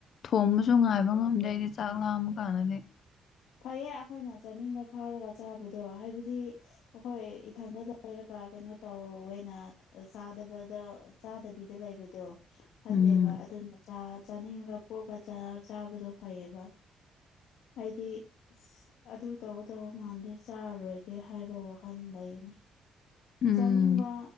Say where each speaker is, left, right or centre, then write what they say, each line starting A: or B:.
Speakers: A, on the left (about 65°); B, on the left (about 85°).
A: ꯊꯣꯡꯕꯁꯨ ꯉꯥꯏꯕ ꯉꯝꯗꯦ ꯑꯩꯗꯤ ꯆꯥꯛ ꯂꯥꯝꯕ ꯀꯥꯟꯗꯗꯤ
B: ꯐꯩꯌꯦ ꯑꯩꯈꯣꯏꯅ ꯆꯥꯅꯤꯡꯕ ꯐꯥꯎꯔꯒ ꯆꯥꯕꯗꯣ ꯍꯥꯏꯕꯗꯤ ꯑꯩꯈꯣꯏ ꯏꯊꯟꯗ ꯂꯩꯔꯒ ꯀꯩꯅꯣ ꯇꯧꯋꯦꯅ ꯆꯥꯗꯕꯗ ꯆꯥꯗꯕꯤꯗ ꯂꯩꯕꯗꯣ ꯐꯠꯇꯦꯕ
A: ꯎꯝ
B: ꯑꯗꯨꯅ ꯆꯥ ꯆꯥꯅꯤꯡꯉꯒ ꯄꯨꯔꯒ ꯆꯥꯕꯗꯣ ꯐꯩꯌꯦꯕ ꯑꯩꯗꯤ ꯑꯁ ꯑꯗꯨ ꯇꯧ ꯇꯧꯕ ꯃꯥꯟꯗꯦ ꯆꯥꯔꯔꯣꯏꯒꯦ ꯍꯥꯏꯕ ꯋꯥꯈꯜ ꯂꯩꯅꯤ
A: ꯎꯝ
B: ꯆꯥꯅꯤꯡꯕ